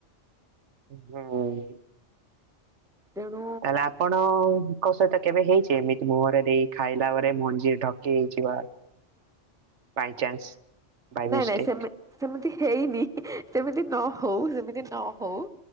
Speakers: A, on the right (about 70°); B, in the centre.
A: ହୁଁ।
B: ତେଣୁ
A: ତାହେଲେ ଆପଣଙ୍କ ସହିତ କେବେ ହେଇଛି ଏମିତି ମୁହଁରେ ଦେଇ ଖାଇଲା ବେଳେ ମଞ୍ଜି ଢକେଇ ହେଇଜିବା
B: ହ
A: ବାଇଚାନ୍ସ। ବାଇ
B: ନାଇଁ
A: ମିଷ୍ଟେକ୍
B: ନାଇଁ ସେମି ସେମିତି ହେଇନି ସେମିତି ନ ହଉ ସେମିତି ନ ହଉ।